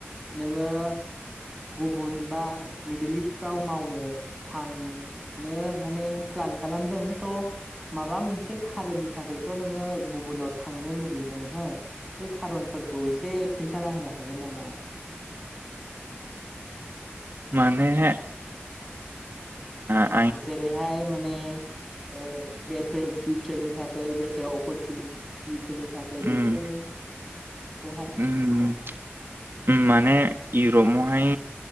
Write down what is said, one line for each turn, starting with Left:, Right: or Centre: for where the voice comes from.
Centre: नोङो गुबुन बा मिडिल इस्टफ्राव मावनो थांनो माने प्लान खालामदों थ' माबा मोनसे खारननि थाखायथ' नोङो गुबुनाव थांनो लुबैदों हो बे खारनफोरखौ एसे खोन्थाना होनो हागोन नामा?
Right: माने ओ
Centre: जेरैहाय माने ओ बेथार फिउचारनि थाखाय बेटार अपरचनिटिफोरनि नि थाखाय
Right: उम
Centre: बेफोरखौहाय
Right: उम। माने इरपावहाय